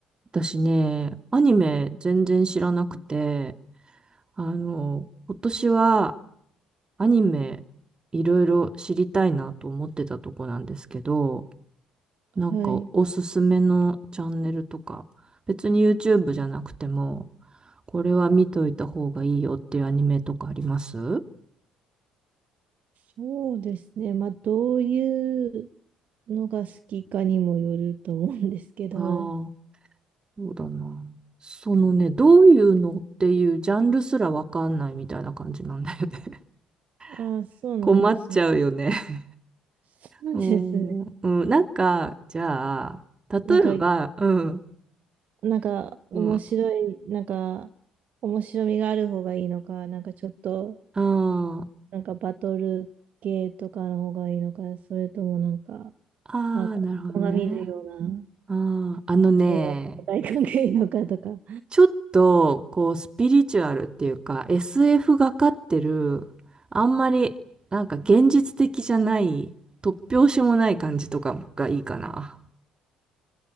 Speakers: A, on the right (about 30°); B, on the right (about 55°).
A: 私ね、アニメ全然知らなくて、あの、今年はアニメいろいろ知りたいなと思ってたとこなんですけど、なんかおすすめのチャンネルとか、
B: はい。
A: 別に YouTube じゃなくても、これは見といた方がいいよっていうアニメとかあります
B: そうですね。まあ、どういうのが好きかにもよると思うんですけど。
A: ああー。そうだな。そのね、どういうのっていうジャンルすらわかんないみたいな感じなんだよね。
B: ああ、そうなんですね。
A: <laughs> 困っちゃうよね。
B: そうですね。
A: うん、うん、なんか、じゃあ、例えば、
B: なんか、
A: うん、
B: なんか面白い、
A: うん、あ
B: なんか面白みがある方がいいのか、なんかちょっと
A: あ、
B: なんかバトル系とかの方がいいのか、それともなんか、
A: ああ、
B: まあ、子供が見るような
A: なるほどね。ああ、あのね、
B: 平和な世界観がいいのかとか。
A: ちょっと、こう、スピリチュアルっていうか、SF がかってる、あんまり、なんか現実的じゃない、突拍子もない感じとかがいいかな。